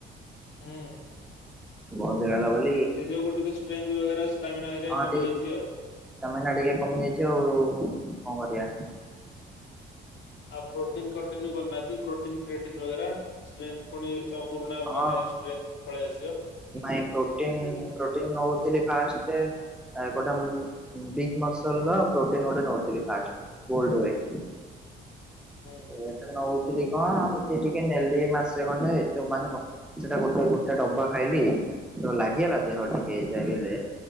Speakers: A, on the left; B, in the centre.
A: ହୁଁ।
B: ବନ୍ଦ ହେଇଗଲା ବୋଲି
A: ସେଇ ଯୋଗୁକୁ ଟିକେ ଷ୍ଟ୍ରେନ୍ଥ ବଗେରା ଷ୍ଟାମିନା ହେରିକା
B: ହଁ
A: କମିଯାଇଛି
B: ଟିକେ
A: ଆଉ।
B: ଷ୍ଟାମିନା ଟିକେ କମିଯାଇଚି ଆଉ କଣ କରିବା।
A: ଆଉ ପ୍ରୋଟିନ୍ କଣ୍ଟିନ୍ୟୁ କରନାହାନ୍ତି ପ୍ରୋଟିନ୍ କ୍ରିଏଟିନ ବଗେରା। ଷ୍ଟ୍ରେନ୍ଥ ପୁଣି ତମ ପୁରୁଣା ମାନେ
B: ହଁ
A: ଷ୍ଟ୍ରେନ୍ଥ କୁ ପଳେଇ ଆସିବ।
B: ନାଇଁ ପ୍ରୋଟିନ୍ ପ୍ରୋଟିନ୍ ନଉଥିଲି ଫାଷ୍ଟ ଗୋଟେ ୱିକ୍ ମସଲର ପ୍ରୋଟିନ ଗୋଟେ ନଉଥିଲି ଫାଷ୍ଟ। ଗୋଡ ୱେ।
A: ହୁଁ
B: ହେଟା ନଉଥିଲି କଣ ଏମତି ଟିକେ ନେଲି ମାସେ ଖଣ୍ଡେ ଯୋଉମାନେ କଣ ସେଟା ଗୋଟେ ଗୋଟେ ଡବା ଖାଇଲି ତ ଲାଗିଗଲା ଦେହ ଟିକେ ଯାହା ବି ହେଲେ।